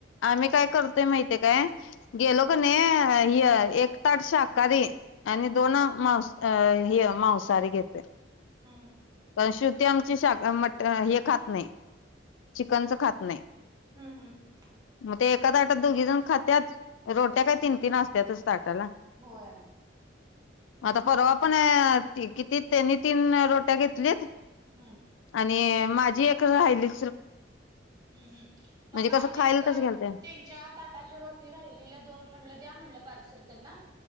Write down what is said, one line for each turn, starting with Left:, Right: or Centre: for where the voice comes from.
Left: आम्ही काय करतोय माहिती हाय काय गेलो
Right: हम्म
Left: कणी ह एक ताट शांकाहारी आणि
Right: हम्म
Left: दोन मांस अ हे मांसहारी घेतोय
Right: हं हं
Left: श्रुती आमची शाहा मटण हे खात नाही चिकनच खात नाही
Right: हम्म हम्म
Left: मग ते एका ताटात दोघी जण खात्यात रोट्या काय तीन तीन आस त्यातच ताटाला
Right: होय हम्म
Left: आता परवा पण किती त्यांनी तीन रोट्या घेत लेत
Right: हम्म
Left: आणि माझी एक राहिली
Right: हम् हम् मग
Left: म्हणजे
Right: काल
Left: कसं खायला
Right: तेच ग
Left: तसं घालते
Right: त्यांच्या ताटाची रोटी राहिलेल्या दोन म्हणलं द्या म्हणलं पार्सल त्यांना